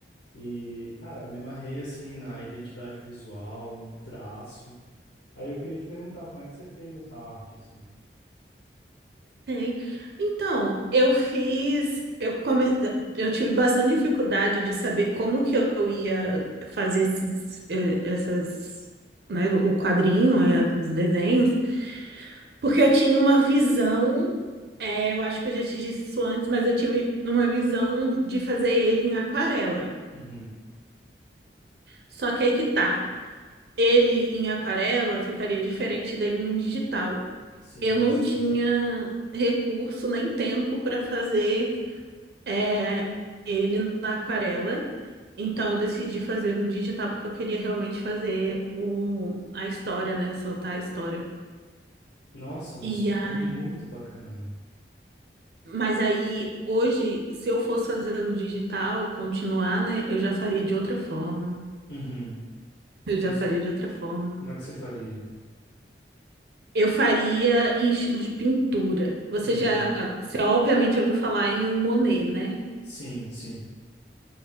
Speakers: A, on the left; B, on the right.
A: E, cara, me amarrei, assim, na identidade visual, no traço. Aí eu queria te perguntar, como é que você fez essa arte, assim?
B: Sei. Então, eu fiz, eu come... eu tive bastante dificuldade de saber como que eu ia fazer esses, eh, essas, né, o quadrinho e as- os desenhos, porque eu tinha uma visão, eh, eu acho que eu já te disse isso antes, mas eu tive uma visão de fazer ele em aquarela.
A: Uhum.
B: Só que aí que tá, ele em aquarela ficaria diferente dele no digital.
A: Sim,
B: eu
A: bastante.
B: não tinha recurso nem tempo para fazer é, ele na aquarela. Então eu decidi fazer no digital porque eu queria realmente fazer o, a história, né? Soltar a história.
A: Nossa, mas
B: E
A: ficou
B: aí,
A: muito bacana.
B: mas aí hoje, se eu fosse fazer no digital, continuar, né? Eu já faria de outra forma.
A: Uhum.
B: Eu
A: Como,
B: já
A: se-
B: faria de outra forma.
A: como é que você faria?
B: Eu faria em estilo de pintura. Você
A: Uhum.
B: já,
A: Uhum.
B: ah, você obviamente ouviu falar em Monet, né?
A: Sim, sim.